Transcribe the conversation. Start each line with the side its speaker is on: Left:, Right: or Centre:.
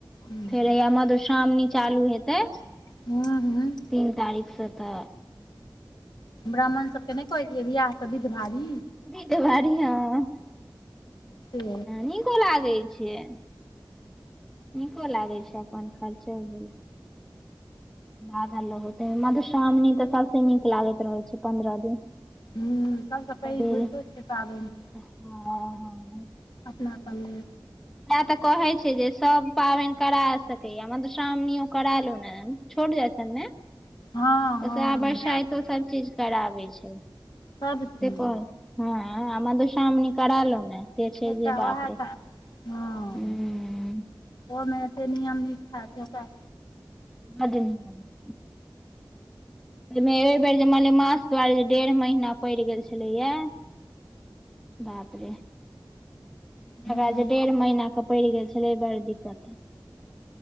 Left: हूँ
Centre: फेर हया मधुश्रावणी चालू हेतै।
Left: हूँ- हूँ।
Centre: तीन तारीख स तऽ।
Left: ब्राह्मण सब केँ नैय कहैछियै, वियाह से बिध भारी।
Centre: बिध भारी, हँ
Left: से
Centre: नीको लागै छै। नीको लागै छैय, अपन खर्चो भेल। आगा लगौतै, मधुश्रावणी तऽ सबसे नीक लागैत रहै छैय, पंन्द्रह दिन।
Left: हूँ सब
Centre: सबेरे
Left: से पैघ होइतो छै पाबैन।
Centre: हँ- हँ।
Left: अपना सब मे।
Centre: इयहे तऽकहे छै सब पाबैन करा सकैया, मधुश्रावणियो करा लो ने, छोट जैत। तने।
Left: हँ हँ
Centre: ओसब आ बरसाइतो सब चीज कराबै छै,
Left: सब चीज
Centre: से कह हँ, इहे मधुश्रावणी करा लो ने, ते छै
Left: एकटा
Centre: जे
Left: उएह
Centre: बाप रे।
Left: तऽ हँ,
Centre: हूँ
Left: ओ मे एतेक नियम -नीसठा छै ओकरा।
Centre: बड नियम छैय। एै मे एहि बेेर जे मलेमास दुआरे जे डेढ़ महीना पैड़ गेल छलैए। बाप रे एकरा
Left: हूँ
Centre: जे डेढ़ महीना के पैड़ गेल छेलै बड़ दिक्कत